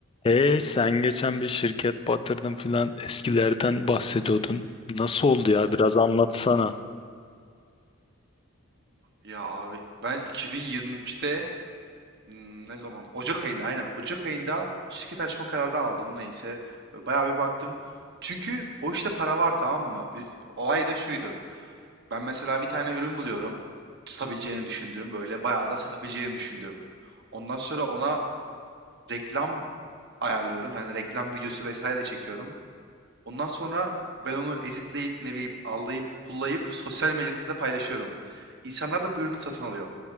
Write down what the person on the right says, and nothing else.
Ya abi ben 2023'te hmm, ne zaman? Ocak ayında aynen. Ocak ayında şirket açma kararı aldım neyse. Bayağı bir baktım. Çünkü o işte para var tamam mı? Ü- Olay da şuydu. Ben mesela bir tane ürün buluyorum. Tutabileceğini düşündüğüm böyle bayağı da satabileceğini düşündüğüm. Ondan sonra ona reklam ayarlıyorum. Yani reklam videosu vesaire çekiyorum. Ondan sonra ben onu editleyip ne bileyim allayıp pullayıp sosyal medyada paylaşıyorum. İnsanlar da bu ürünü satın alıyor.